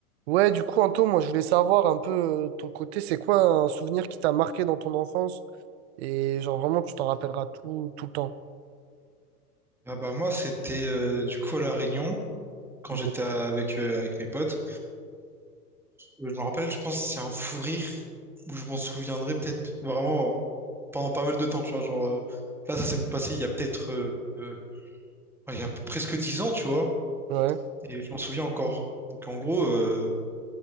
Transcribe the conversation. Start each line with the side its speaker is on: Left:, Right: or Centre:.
Right: Ouais, du coup, Anto, moi, je voulais savoir un peu euh, ton côté, c'est quoi un souvenir qui t'a marqué dans ton enfance et genre vraiment tu t'en rappelleras tout, tout le temps.
Centre: Ah bah moi c'était euh, du coup à La Réunion quand j'étais
Right: D'ac-
Centre: avec euh, avec mes potes. Euh, Je me rappelle, je pense que c'est un fou rire où je m'en souviendrai peut-être vraiment pendant pas mal de temps, tu vois, genre euh, là ça s'est passé il y a peut-être euh, euh, ouais, il y a presque dix ans, tu vois,
Right: Ouais,
Centre: et je m'en souviens encore. Donc en gros euh,